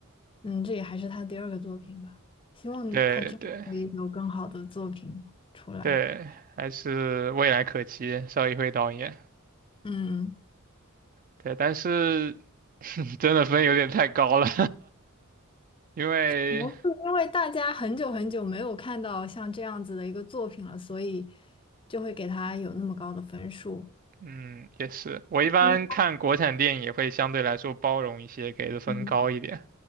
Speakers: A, on the left; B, on the right.
A: 嗯，这也还是他第二个作品吧，希望他之后会有更好的作品出来。
B: 对对对，还是未来可期，邵艺辉导演。
A: 嗯，
B: 对，但是 <laughs> 真的分有点太高了，<laughs> 因为
A: 可能是因为大家很久很久没有看到像这样子的一个作品了，所以就会给他有那么高的分数。
B: 嗯，也是。我一般看国产电影也会相对来说包容一些，
A: 他们。
B: 给的分高一点，
A: 嗯，